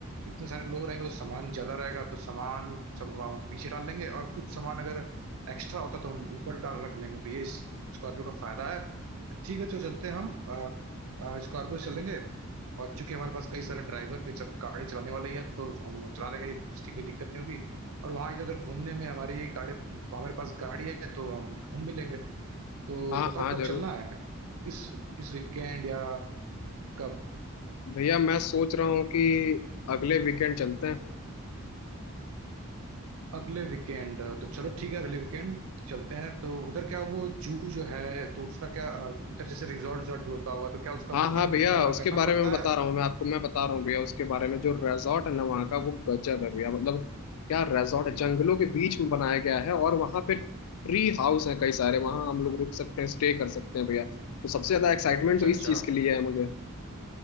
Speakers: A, on the right; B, on the left.
A: इतने सारे लोग रहेंगे तो सामान ज्यादा रहेगा तो सामान सब हम पीछे डाल लेंगे और कुछ सामान अगर एक्स्ट्रा होता तो हम ऊपर डाल रख लेंगे तो ये इस- स्कॉर्पियो का फायदा है तो ठीक है चलो चलते हैं हम अ, अ, स्कॉर्पियो से चलेंगे और चूंकि हमारे पास कई सारे ड्राइवर भी सब गाड़ी चलाने वाले ही हैं तो हम चला लेंगे इसकी कोई दिक्कत नहीं होगी और वहाँ इधर उधर घूमने में हमारी गाड़ी हमारे पास गाड़ी है तो हम घूम भी लेंगे तो
B: हाँ
A: बताओ
B: हाँ
A: कब
B: जरूर
A: चलना है इस इस वीकेंड या कब
B: भैया मैं सोच रहा हूँ कि अगले वीकेंड चलते हैं
A: अगले वीकेंड तो चलो ठीक है अगले वीकेंड चलते हैं तो उधर क्या वो जू जो है तो उसका क्या अ, उधर जैसे रिजॉर्ट रिजॉर्ट भी होता होगा तो क्या उसका
B: हाँ
A: बुकिंग
B: हाँ
A: वुकिंग
B: भैया
A: कराना
B: उसके
A: करना
B: बारे
A: पड़ता
B: में मैं बता
A: है
B: रहा हूँ मैं आपको मैं बता रहा हूँ भैया उसके बारे में जो रिजॉर्ट है ना वहाँ का वो गजब है भैया मतलब क्या रिजॉर्ट
A: हम्म,
B: जंगलों के बीच में बनाया गया है और वहाँ पे ट्री हाउस है कई सारे वहाँ हम लोग रुक सकते हैं स्टे कर सकते हैं भैया तो सबसे ज्यादा एक्साइटमेंट
A: अच्छा
B: तो इस
A: अच्छा
B: चीज के लिए है मुझे